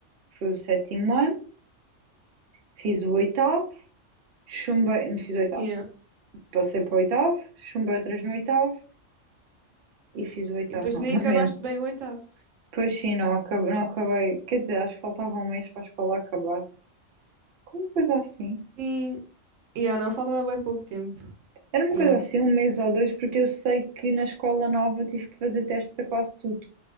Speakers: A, on the right; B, on the right.
A: foi o sétimo ano, fiz o oitavo, chumbei. Não fiz o oitavo,
B: yeah.
A: passei para o oitavo, chumbei outras no oitavo e fiz o oitavo
B: E depois
A: <laughs> novamente.
B: nem acabaste bem o oitavo.
A: Pois sim, não acabei, não acabei. Quer dizer, acho que faltava um mês para a escola acabar. Como coisa assim?
B: Sim, yeah, não, faltava bem pouco tempo.
A: Era uma
B: Yeah.
A: coisa assim, um mês ou dois, porque eu sei que na escola nova eu tive que fazer testes a quase tudo.